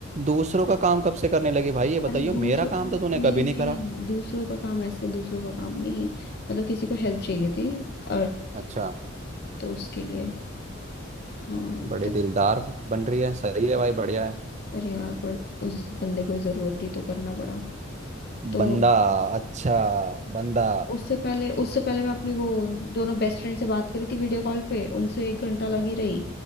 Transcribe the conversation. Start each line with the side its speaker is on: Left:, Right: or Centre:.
Right: दूसरों का काम कब से करने लगी भाई ये बताइयो
Left: अरे दूसरों
Right: मेरा काम
Left: का
Right: तो तूने
Left: नहीं
Right: कभी
Left: नहीं
Right: नहीं करा
Left: दूसरों का काम ऐसे दूसरों का काम नहीं मतलब किसी को हेल्प चाहिए थी और
Right: अच्छा
Left: तो उसके लिए हाँ
Right: बड़े
Left: तो
Right: दिलदार बन रही है सही है भाई बढ़िया है
Left: अरे यार पर उस बंदे को जरूरत थी तो करना पड़ा तो
Right: बंदा अच्छा बंदा
Left: उससे पहले उससे पहले मैं अपनी वो दोनों बेस्ट फ्रेंड से बात करी थी वीडियो कॉल पे उनसे एक घंटा लगी रही